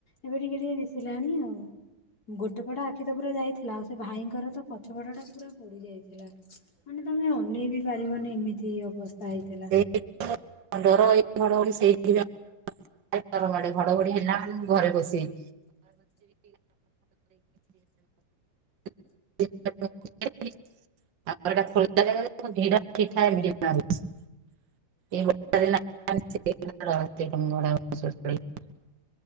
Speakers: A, on the left; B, on the right.
A: ଏବେ ଟିକେ ଟିକେ ଦିଶିଲାଣି ଆଉ ଗୋଟେ ପଟ ଆଖି ପୁରା ଯାଇଥିଲା ଆଉ ସେ ଭାଇଙ୍କ ଆଗର ତ ପଛପଟ ଟା ପୁରା ପୋଡି ଯାଇଥିଲା ମାନେ ତମେ ଅନେଇ ବିି ପାରିବନି ଏମିତି ଅବସ୍ଥା। ହେଇଥିଲା।
B: <unintelligible> ଭାରି ଡରମାଡେ ଘଡଘଡି ହେଲା ମନେ ମୁଁ ଘରେ ବସେ <unintelligible>
A: <inaudible>
B: <unintelligible> <unintelligible> <unintelligible>